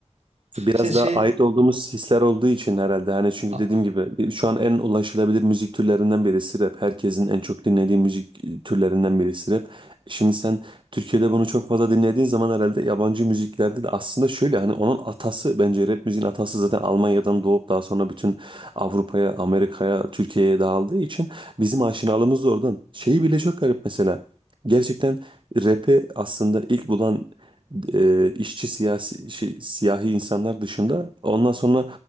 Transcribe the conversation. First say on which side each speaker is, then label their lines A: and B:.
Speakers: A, on the right; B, on the right.
A: Biraz
B: İşte şey
A: da ait olduğumuz hisler olduğu için herhalde hani çünkü
B: a-
A: dediğim gibi bir- şu an en ulaşılabilir müzik türlerinden birisi rap. Herkesin en çok dinlediği müzik e, türlerinden birisi rap. Şimdi sen Türkiye'de bunu çok fazla dinlediğin zaman herhalde yabancı müziklerde de aslında şöyle hani onun atası bence rap müziğin atası zaten Almanya'dan doğup daha sonra bütün Avrupa'ya, Amerika'ya, Türkiye'ye dağıldığı için bizim aşinalığımız da oradan. Şeyi bile çok garip mesela. Gerçekten rap'i aslında ilk bulan e, işçi siyasi şey, siyahi insanlar dışında ondan sonra